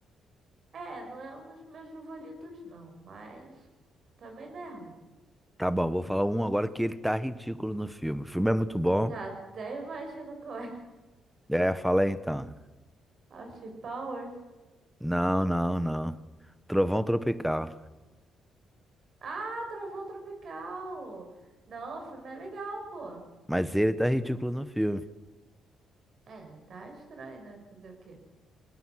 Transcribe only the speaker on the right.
É, não é um dos meus favoritos, não, mas também não é ruim.
Já até imagino qual é.
<laughs> Austin Powers.
Ah, Trovão Tropical! Não, o filme é legal, pô.
É, ele tá estranho, né? Fazer o quê?